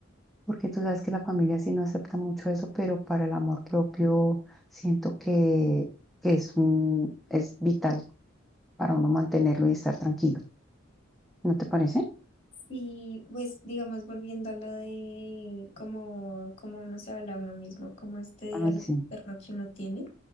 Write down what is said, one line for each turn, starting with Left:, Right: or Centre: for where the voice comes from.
Centre: porque tú sabes que la familia sí no acepta mucho eso, pero para el amor propio siento que, que es, un- es vital para uno mantenerlo y estar tranquilo. ¿No te parece?
Left: Sí, pues digamos, volviendo a lo de cómo, cómo uno se habla a uno mismo, como este
Centre: Ah,
Left: diálogo
Centre: sí.
Left: interno que uno tiene.